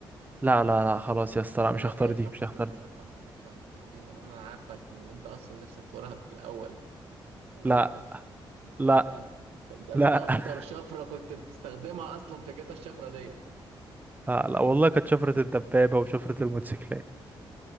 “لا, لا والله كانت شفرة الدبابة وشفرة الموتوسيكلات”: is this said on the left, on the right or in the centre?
Right